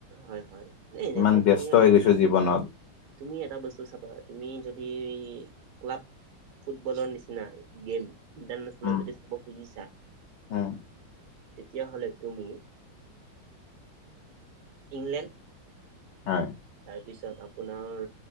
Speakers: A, on the right; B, on the left.
A: হয় হয় ন নাই
B: ইমান
A: মই
B: ব্যস্ত
A: তুমি আৰু।
B: হৈ গৈছো জীৱনত।
A: তুমি এটা বস্তু চাবা তুমি যদি। ক্লাব ফুটবলৰ নিচিনা গেম। ইণ্টাৰনেশ্যনেল
B: উম,
A: যদি চাব খুজিছা।
B: উম,
A: তেতিয়াহলে তুমি ইংলেণ্ড।
B: হয়
A: পিছত আপোনাৰ